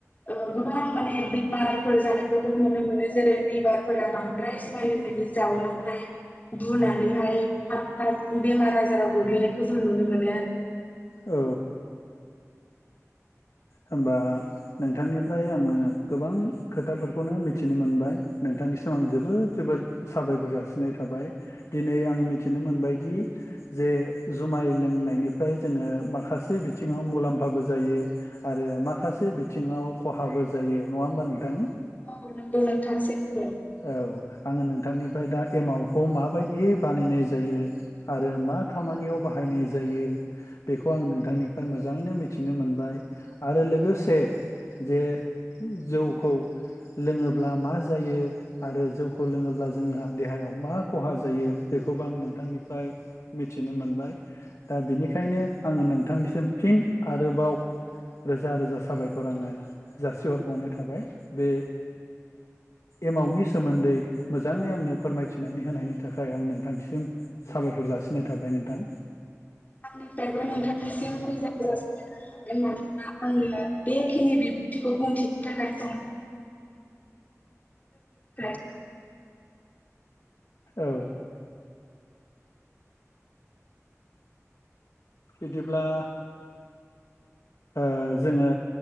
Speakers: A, on the left (about 30°); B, on the left (about 70°).
A: ओ गोबां माने बेमारफोर जानायखौ नुनो मोनो जेरै लिभारफोरा बांद्राय जुमाय लोंनायनि जाउनावहाय बुनानैहाय थाब थाब बेमार आजाराव गोग्लैनायखौ जों नुनो मोनो आरो।
B: औ होमबा नोंथांनिफ्राय आङो गोबां खोथाफोरखौनो मिथिनो मोनबाय नोंथांनिसिम आं जोबोद जोबोद साबायखर जासिनाय थाबाय दिनै आं मिथिनो मोनबायदि जे जुमाय लोंनायनिफ्राय जोङो माखासे बिथिङाव मुलाम्फाबो जायो। आरो माखासे बिथिङाव खहाबो जायो नङा होमबा नोंथां?
A: औ नंगौ नोंथां सैथो
B: औ आङो नोंथांनिफ्राय दा एमावखौ माबायदियै बानायनाय जायो आरो मा खामानियाव बाहायनाय जायो बेखौ आं नोंथांनिफ्राय मोजाङैनो मिथिनो मोनबाय आरो लोगोसे जे जौखौ लोङोब्ला मा जायो। आरो जौखौ लोङोब्ला जोंहा देहायाव मा खहा जायो बेखौबो आं नोंथांनिफ्राय मिथिनो मोनबाय दा बिनिखायनो आङो नोंथांनिसिम फिन आरोबाव रोजा रोजा साबायखर आङो जासिहरबावनाय थाबाय। बे एमावनि सोमोन्दै मोजाङै आंनो फोरमायथिनानै होनायनि थाखाय आं नोंथांनिसिम साबायखर जासिनाय थाबाय नोंथां।
A: आंनिफ्रायबो नोंथांसिम रोजा रोजा साबायखर थाबाय मानोना आंनि बेखिनि बिबुंथिखौ बुंथिनो थाखाय सम <unintelligible> <unintelligible>
B: औ बिदिब्ला ओ जोङो